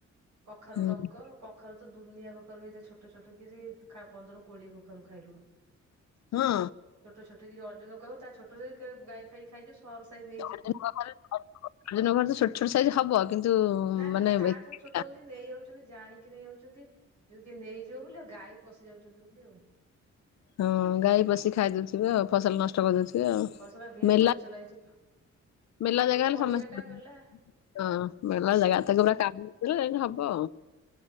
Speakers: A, on the right (about 75°); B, on the left (about 65°).
A: କଖାରୁ ଡଙ୍କ
B: ଆଉ
A: କଖାରୁ ତ ଦୁନିଆ କଖାରୁ ହେଇଥାଏ ଛୋଟ ଛୋଟ କିରି ପନ୍ଦର କୋଡ଼ିଏ କଖାରୁ ଖାଇଲୁଣୁ।
B: ହଁ।
A: ଛୋଟ ଛୋଟ କିରି ଅର୍ଜନ କରିବ ତା ଛୋଟ ଗାଈ ଫାଇ ଖାଇ ଜୀବ ସ ମର୍ ସେମଧି
B: ନ ଘର ତ ଛୋଟ ଛୋଟ ସାଇଜ ହବ କିନ୍ତୁ
A: ନା ନା
B: ମାନେ
A: ସେ ତା
B: ହଁ
A: ଠାରୁ ଛୋଟ ହଉଛି ନେଇ ଯାଉଛନ୍ତି ଜାଣିକି ନେଇଯାଉଛନ୍ତି। କିଏ ନେଇଯିବ ବୋଲି ଗାଈ ପଶି ଯାଉଛନ୍ତି ବୋଲି ଆଉ।
B: ହଁ ଗାଈ ପଷି ଖାଇଦଉଥିବେ ଆଉ ଫସଲ ନଷ୍ଟ କରିଦଉଥିବେ ଆଉ
A: ଫସଲା ଭେଣ୍ଡି
B: ମେଲା
A: ଗଛ ଲାଗିଛି
B: ମେଲ
A: ପୁରା
B: ଜାଗା
A: ପଡିଆ
B: ହେଲେ ସମସ୍ତେ
A: ଟା ମେଲା।
B: ହଁ ମେଲ ଜାଗା ତାକୁ ଯାହା କାବୁ କରିବ ଯାଇକି ହବ ଆଉ।